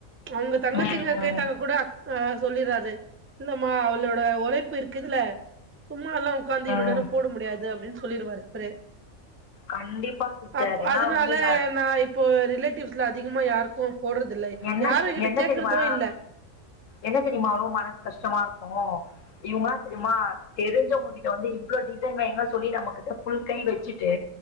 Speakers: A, on the right (about 15°); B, on the left (about 70°).
A: அவுங்க தங்கச்சிங்க
B: ம் ம்
A: கேட்டாங்கக் கூட அக் ஆ சொல்லிராரு இல்லம்மா அவ்ளோட ஒழைப்பு இருக்கு இதுல்ல சும்மா எல்லா உக்காந்து இவ்ளோ
B: ம்
A: நேரோ போட முடியாது அப்டின்னு சொல்லிருவாரு அவ்ரே
B: கண்டிப்பா சிஸ்டர்
A: அப்
B: ஏன்னா
A: அதனால
B: வந்து நான்
A: நா இப்போ ரிலேட்டிவ்ஸ்ல அதிகமா யார் கோன் போடுறதில்ல
B: என்ன
A: யாரு கிட்ட
B: என்ன
A: கேக்குறது
B: தெரியுமா
A: இல்ல
B: என்ன தெரியுமா ரொம் மனசு கஷ்டமா இருக்கு இவுங்களா இன்னமா தெரிஞ்சவாங்க கிட்ட வந்து இவ்ளோ டிசைன் வைங்க சொல்லி நம்மகிட்ட ஃபுல் கை வெச்சுட்டு